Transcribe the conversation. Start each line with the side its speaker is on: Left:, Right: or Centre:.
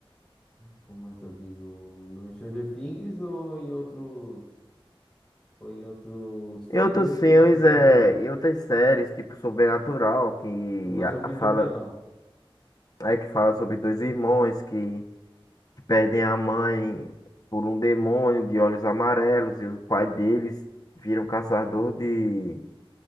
Centre: Como é que eu digo? No Stranger Things ou em outros. Ou em outros filmes
Left: E outros filmes,
Centre: tu gosta do
Left: é,
Centre: vilão?
Left: e outras séries, tipo Sobrenatural, que
Centre: Tu gosta
Left: a,
Centre: muito
Left: a fala,
Centre: do vilão.
Left: é que fala sobre dois irmãos que, que perdem a mãe por um demônio de olhos amarelos e o pai deles viram caçador de,